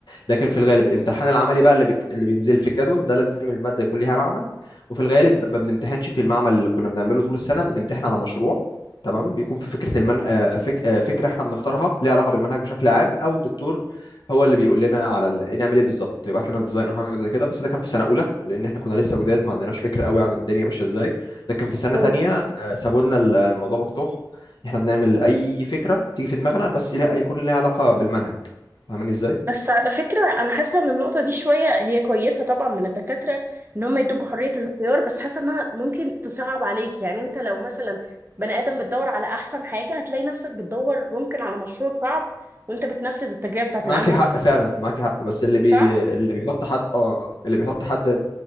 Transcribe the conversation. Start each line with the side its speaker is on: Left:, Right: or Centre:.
Left: لكن في الغالب الامتحان العملي بقى اللي بت... اللي بينزل في الجدول ده لازم المادة يكون ليها معمل وفي الغالب ما بنمتحنش في المعمل اللي كنا بنعمله طول السنة بنمتحن على مشروع تمام بيكون في فكرة المن... آه، فك... آه، فكرة احنا بنختارها ليها علاقة بالمنهج بشكل عام او الدكتور هو اللي بيقول لنا على ال... إيه نعمل ايه بالظبط يبعت لنا ديزاين او حاجة زي كده بس ده كان في سنة اولى لان احنا كنا لسه جداد ما عندناش فكرة قوي عن الدنيا ماشية ازاي لكن في سنة
Right: مم.
Left: تانية آه، سابوا لنا ال- الموضوع مفتوح احنا بنعمل اي فكرة تيجي في دماغنا بس لها... يكون ليها علاقة بالمنهج فاهماني ازاي
Right: بس على فكرة أنا حاسة إن النقطة دي شوية هي كويسة طبعا من الدكاترة إن هم يدوكوا حرية الاختيار بس حاسة إنها ممكن تصعب عليك يعني أنت لو مثلا بني آدم بتدور على أحسن حاجة هتلاقي نفسك بتدور ممكن على مشروع صعب وأنت بتنفذ التجربة بتاعة
Left: معاكي
Right: العمل
Left: حق
Right: دي
Left: فعلا معاكي حق بس اللي بي
Right: صح؟
Left: اللي بيحط حد اه اللي بيحط حد